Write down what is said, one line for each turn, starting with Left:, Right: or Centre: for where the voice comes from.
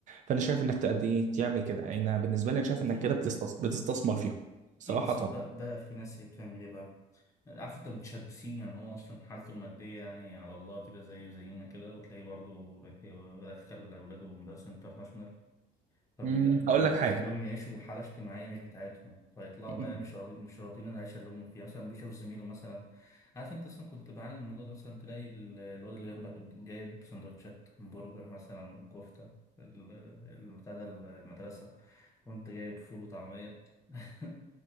Right: فانا شايف انك تقدم ايه تعمل كده انا بالنسبه لي انا
Left: اكيد
Right: شايف انك كده بتستثمر بتستثمر فيهم
Left: أكيد
Right: صراحه
Left: بس بقى, بقى في ناس هي بتعمل إيه بقى؟ عارف أنت متشبسين يعني هو أصلا حالته المادية يعني على الله كده زيه زينا كده وتلاقيه برضه رايح يدخل أولاده مدارس انترناشونال فبيج-
Right: مم. هقول
Left: يعني
Right: لك
Left: بيخلوهم
Right: حاجه
Left: يعيشوا حالة اجتماعية مش بتاعتهم فيطلعوا
Right: مم.
Left: بقى مش راضي مش راضيين عن العيشة اللي هم فيها مثلا بيشوف زميله مثلا عارف انت اصلا كنت بعاني من الموضوع ده مثلا تلاقي ال- الواد اللي جنبك جايب سندوتشات همبرجر مثلا وكفتة ال- ال- بتاع ده ال- المدرسة وانت جايب فول وطعمية <laughs>